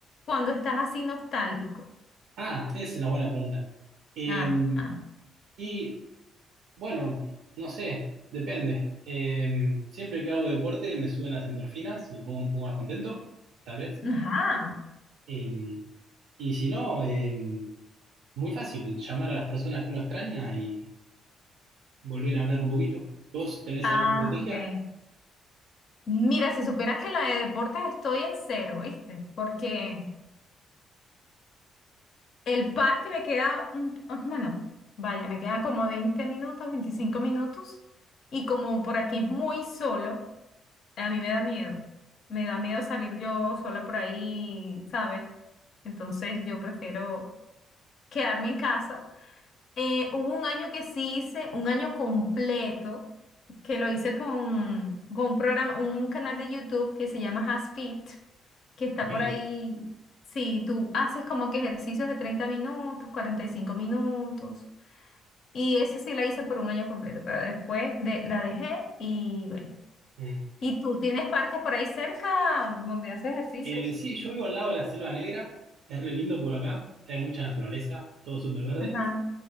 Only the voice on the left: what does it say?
cuando estás así nostálgico?
Ah, ah,
ajá.
Ah,
ok. Mira, si supieras que en la de deportes estoy en cero, ¿viste? Porque el parque me queda, un- ah, bueno, vaya, me quedan como 20 minutos, 25 minutos, y como por aquí es muy solo, a mí me da miedo. Me da miedo salir yo sola por ahí, ¿sabes? Entonces yo prefiero quedarme en casa. Eh, hubo un año que sí hice, un año completo, que lo hice con, con un programa, un canal de YouTube que se llama HasFit, que está
por ahí. Sí, tú haces como que ejercicios de 30 minutos, 45 minutos. Y ese sí la hice por un año completo, pero después de, la dejé y bueno.
¿Y tú tienes parques por ahí cerca donde haces ejercicios?
Ajá,